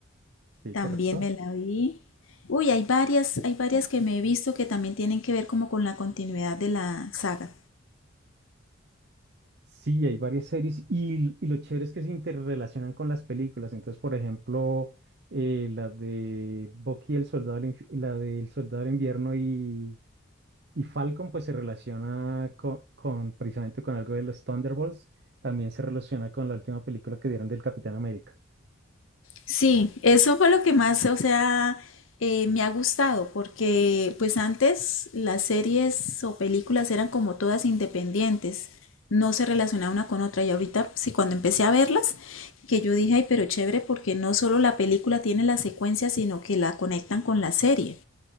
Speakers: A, on the right (about 55°); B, on the left (about 80°).
A: Sí,
B: también
A: correcto.
B: me la vi. Uy, hay varias, hay varias que me he visto que también tienen que ver como con la continuidad de la saga.
A: Sí, hay varias series y, y lo chévere es que se interrelacionan con las películas. Entonces, por ejemplo, eh, la de Bucky, el soldado, del inf- la del soldado del invierno y, y Falcon, pues se relaciona co- con, precisamente con algo de los Thunderbolts. También se relaciona con la última película que dieron del Capitán América.
B: Sí, eso fue lo que más, o sea, eh, me ha gustado, porque pues antes las series o películas eran como todas independientes, no se relacionaban una con otra, y ahorita sí, cuando empecé a verlas, que yo dije, ay, pero chévere, porque no solo la película tiene la secuencia, sino que la conectan con la serie.